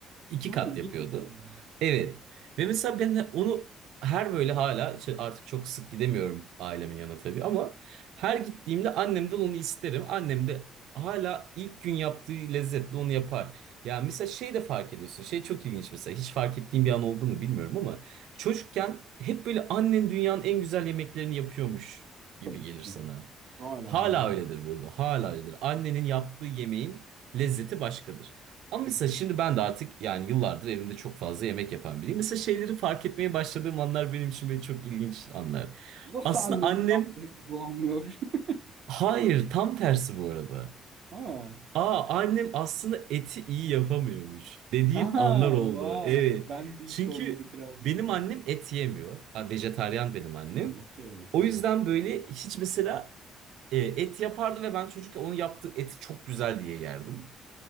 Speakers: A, on the right (about 80°); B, on the right (about 60°).
A: İki
B: O
A: kat
B: ilginç
A: yapıyordu.
B: bir şey.
A: Evet. Ve mesela ben de onu her böyle hala işte artık çok sık gidemiyorum ailemin yanına tabii ama her gittiğimde annemden onu isterim. Annem de hala ilk gün yaptığı lezzetle onu yapar. Ya mesela şey de fark ediyorsun. Şey çok ilginç mesela. Hiç fark ettiğim bir an oldu mu bilmiyorum ama çocukken hep böyle annen dünyanın en güzel yemeklerini yapıyormuş
B: Tabii
A: gibi gelir
B: ki canım.
A: sana.
B: Hala
A: Hala
B: öyle bu.
A: öyledir burada. Hala öyledir. Annenin yaptığı yemeğin lezzeti başkadır. Ama
B: Tabii
A: mesela
B: ki.
A: şimdi ben de artık yani yıllardır evimde çok fazla yemek yapan biriyim. Mesela şeyleri fark etmeye başladığım anlar benim için böyle çok ilginç anlar.
B: Nasıl
A: Aslında
B: annemin
A: annem
B: yaptığı gibi olmuyor? <laughs>
A: hayır tam tersi bu arada.
B: Ha.
A: Aa annem aslında eti iyi yapamıyormuş dediğim
B: Aha
A: anlar oldu.
B: vay.
A: Evet.
B: Ben de hiç
A: Çünkü
B: olmadı kral
A: benim
B: bunlar.
A: annem et yemiyor. Ha, Vejetaryen benim annem.
B: Ha, okey
A: O
B: tamam.
A: yüzden böyle hiç mesela e, et yapardı ve ben çocukken onu yaptığı eti çok güzel diye yerdim.